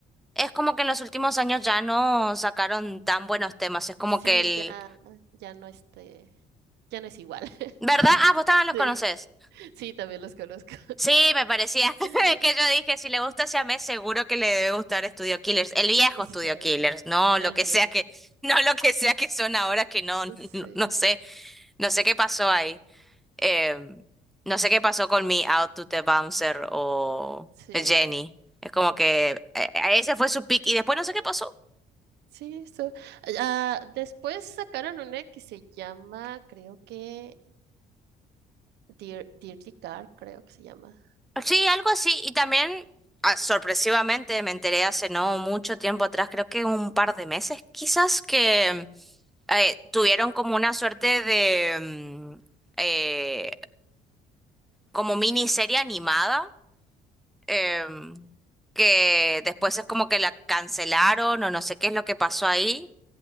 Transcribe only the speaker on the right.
Sí,
ya, ya no este, ya no es igual. <laughs>
Sí,
sí, también los conozco.
<laughs>
Sí,
el
viejo.
Sí,
sí,
sí, eso. Ah, después sacaron una que se llama, creo que Dir Dirty Car, creo que se llama.